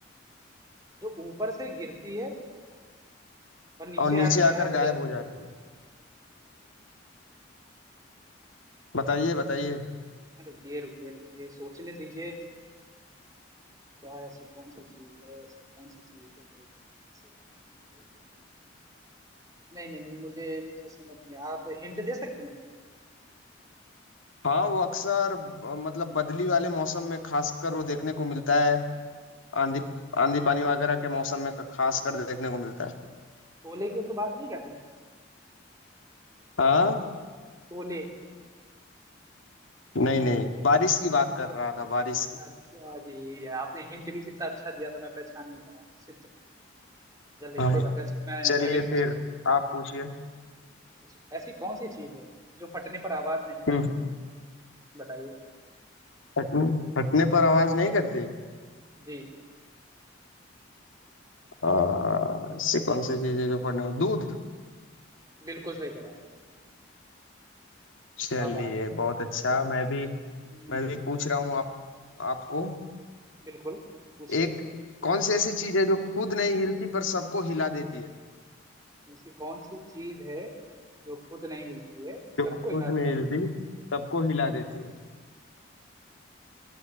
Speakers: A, on the right; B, on the left.
A: जो ऊपर से गिरती है और नीचे
B: और नीचे
A: आके
B: आकर
A: गायब
B: गायब
A: हो जाती
B: हो जाती है बताइए बताइए
A: है रुकिए रुकिए रुकिए सोचने दीजिए क्या है ऐसी कौन सी चीज है ऐसी कौन सी चीज है जो ऐसी चीज है? नहीं नहीं नहीं मुझे मुझे समझ में आप हिंट दे सकते हो
B: हाँ वो अक्सर अ, मतलब बदली वाले मौसम में खासकर वो देखने को मिलता है आंधी आंधी पानी वगैरह के मौसम में खास कर देखने को मिलता है
A: तोले की तो बात नहीं कर रहे हैं
B: हाँ
A: तोले
B: नहीं नहीं बारिश की बात कर रहा था बारिश की
A: अच्छा अरे ये आपने हिंट भी कितना अच्छा दिया था मैं पहचान नहीं पाया Shit। चलिए
B: हाँ
A: कोई बात नहीं अच्छा मैं
B: चलिए
A: मैं भी पूछता
B: फिर
A: हूँ
B: आप पूछिए
A: अच्छा ऐसी कौन सी चीज है जो फटने पर आवाज नहीं करता
B: हम्म
A: बताइए
B: फटने फटने पर आवाज नहीं करती
A: जी
B: आ, ऐसी कौन सी चीज है जो फटने दूध
A: बिल्कुल सही जवाब
B: चलिए
A: क्या बात है
B: बहुत अच्छा मैं भी
A: हम्म
B: मैं भी पूछ रहा हूँ आप आपको
A: बिल्कुल पूछिए
B: एक कौन सी ऐसी चीज है जो खुद नहीं हिलती पर सबको हिला देती है
A: ऐसी कौन सी चीज है जो खुद नहीं हिलती है
B: जो
A: सबको
B: खुद
A: हिला
B: नहीं
A: देती
B: हिलती सबको हिला देती है